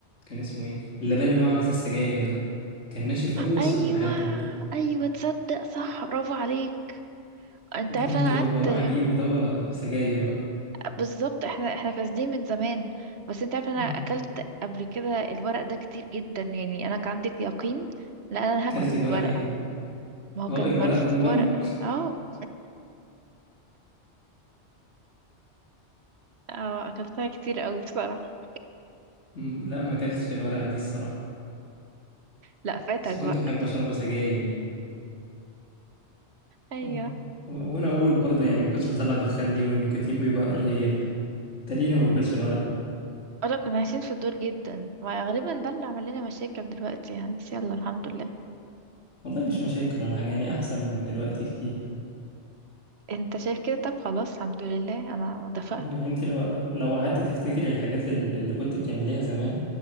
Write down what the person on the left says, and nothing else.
كان اسمه ايه اللبان اللي هو عامل زي السجاير ده كان ناشف قوي بس
كنت بحبه برضه
ده
كنت
بروح
اجيب ودوا سجاير بقى
مم.
اكلت الورقة
ايه
اه
الورقة
اللي بره
مم، لا ما اكلتش الورقة دي الصراحة
بس كنت
بحب اشربه سجاير يعني
آه. و- وانا اقول برضه يعني ما كنتش بطلع دخان ليه والنيكوتين بيبقى قليل تقريبا ما باكلش الورقة
والله مش مشاكل ولا حاجة يعني احسن من دلوقتي كتير
اه يعني انت لو لو قعدت تفتكري الحاجات ال- اللي كنت بتعمليها زمان